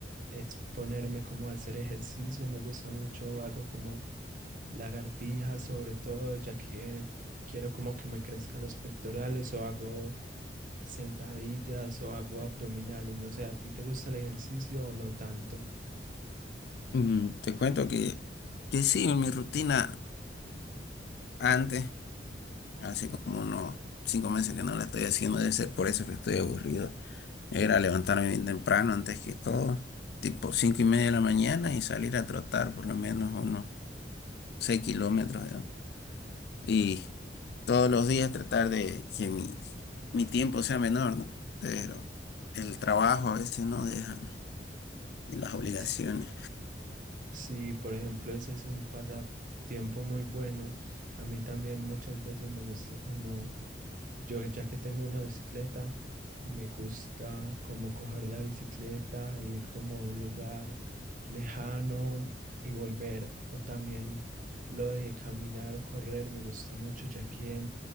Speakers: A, on the right; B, on the left.
A: es ponerme como a hacer ejercicio. Me gusta mucho, hago como lagartijas sobre todo, ya que quiero como que me crezcan los pectorales o hago sentadillas o hago abdominales. No sé, ¿a ti te gusta el ejercicio o no tanto?
B: Mm, te cuento que, que sí, en mi rutina antes, hace como unos cinco meses que no la estoy haciendo, debe ser por eso que estoy aburrido. Era levantarme bien temprano antes que todo, tipo cinco y media de la mañana y salir a trotar por lo menos unos seis kilómetros, ¿no? Y todos los días tratar de que mi, mi tiempo sea menor, ¿no? Pero el trabajo a veces no deja y las obligaciones.
A: Sí. Sí, por ejemplo, ese es un pasatiempo muy bueno. A mí también muchas veces me gusta como, yo ya que tengo una bicicleta, me gusta como coger la bicicleta, ir como a un lugar lejano y volver. O también lo de caminar o correr me gusta mucho, ya que